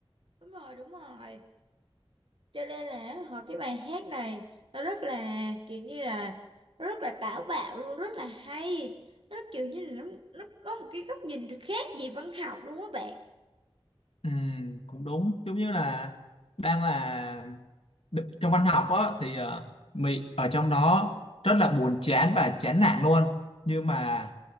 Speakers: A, on the right; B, on the left.
A: đúng rồi đúng rồi cho nên là họ cái bài hát này nó rất là kiểu như là nó rất là táo bạo luôn rất là hay nó kiểu như là nó, nó có một cái góc nhìn khác về văn học luôn á bạn
B: ừ, cũng đúng giống như là đang là đ- trong văn học á thì ờ, Mỹ ở trong đó rất là buồn chán và chán nản luôn nhưng mà